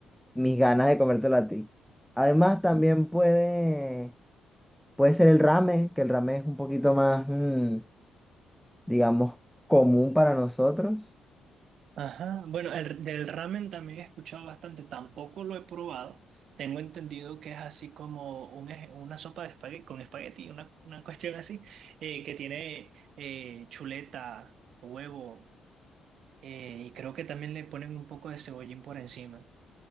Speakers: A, in the centre; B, on the right.
A: mis ganas de comértelo a ti. Además, también puede, puede ser el ramen, que el ramen es un poquito más, mm, digamos, común para nosotros.
B: Ajá, bueno, el, del ramen también he escuchado bastante, tampoco lo he probado. Tengo entendido que es así como un eje- una sopa de espagueti, con espagueti, una, una <laughs> cuestión así, eh, que tiene eh, chuleta, huevo, eh, y creo que también le ponen un poco de cebollín por encima.